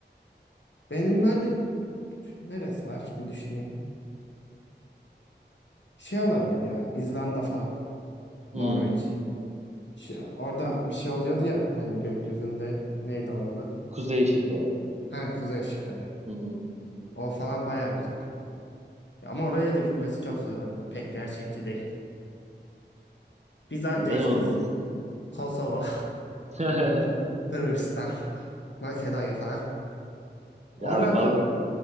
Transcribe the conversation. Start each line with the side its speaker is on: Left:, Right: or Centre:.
Left: benim böyle neresi var bir düşüneyim. Şey olabilir ya İzlanda falan. Norveç.
Right: Hmm,
Left: Şey, orada bir şey oluyordu ya hani gökyüzünde neydi onun adı?
Right: Kuzey ışıkları.
Left: Ha kuzey ışıkları.
Right: Hı hı.
Left: O falan baya güzel. Ya Ama oraya da gitmesi çok zor. Hani pek gerçekçi değil. Biz anca
Right: Neden
Left: işte
Right: olmasın?
Left: S- Kosova,
Right: <laughs>
Left: <laughs> Sırbistan, Makedonya falan.
Right: Ya
Left: Oralarda
Right: abi bak